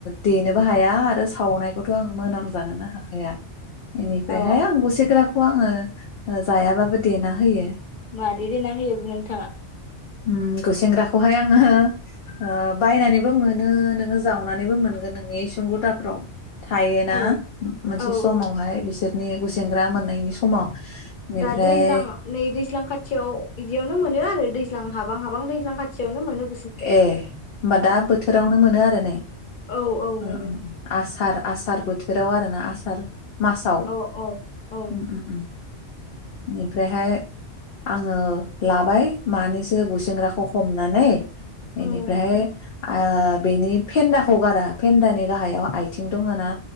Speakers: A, on the left (about 60°); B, on the left (about 45°).
A: देनोबो हाया आरो सावनायखौथ आंङो मोनामजानोनो हाखाया । बेनिफ्रायहाय
B: अ
A: आं गुसेंग्रा खौ आंङो जायाबाबो देना होयो ।
B: मारै देना होयोबो बु नोंथांङा?
A: उम्म गुसेेंग्राखौहाय आंङो ओ बायनानैबो मोनो नोंङो जावनानैबो मोनगोन नोंनि इसुंगुदाफ्राव । थायोना
B: औ
A: मोनसे
B: औ
A: समावहाय
B: औ
A: बिसोरनि गुसेेंग्रा मोननायनि समाव बेनिफ्राय
B: दा दैज्लां नै दैज्लां खाथियाव बिदियावनो मोनो आरो दैज्लां हाबां हाबां दैज्लां खाथियावनो मोनो ।
A: ए होमबा दा बोथोरावनो मोनो आरो ने
B: औ औ
A: उम्म
B: मोनो
A: उम्म आसार । आसार बोथोराव आरो ना आसार । मासाव उम्म
B: औ औ औ
A: उम्म उम्म बेनिफ्रायहाय आंङो लाबाय मानैसो गुसेंग्राखौ हमनानै बेनिफ्रायहाय
B: औ
A: ओ बेनि फेन्दाखौ गारा फेन्दानि गाहायाव आइथिं दङ ना?